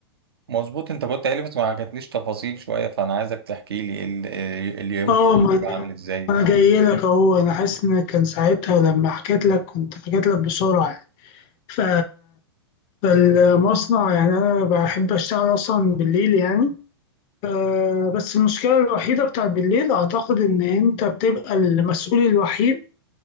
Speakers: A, on the right; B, on the left.
A: مظبوط انت كنت قايل لي بس ما حكيتليش تفاصيل شويه فانا عايزك تحكي لي ال- ال- إيه اليوم
B: اه
A: كله
B: ما
A: بيبقى عامل ازاي
B: أنا جاي لك أهو أنا حاسس إن كان ساعتها لما حكيت لك كنت حكيت لك بسرعة يعني. ف المصنع يعني أنا بحب أشتغل أصلا بالليل يعني آه، بس المشكلة الوحيدة بتاعت بالليل أعتقد إن أنت بتبقى المسؤول الوحيد